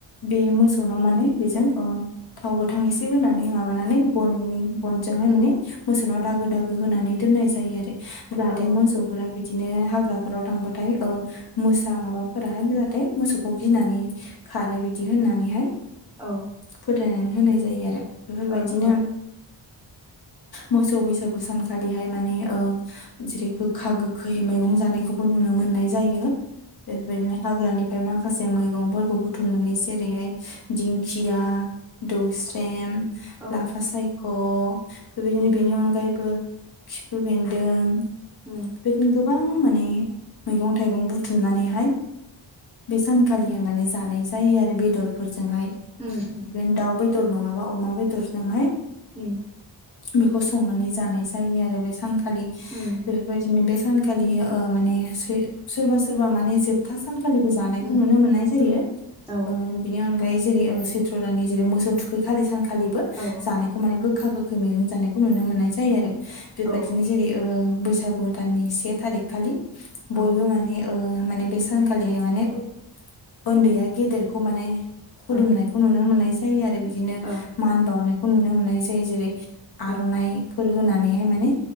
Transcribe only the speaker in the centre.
उम
ओ
ओं ओ
ओं
ओ औ ओं औ ओ
उम
उम
उम औ ओ ओं औ उम
उम
उम
उम
औ
औ
औ
औ
उम
ओं
ओं
ओं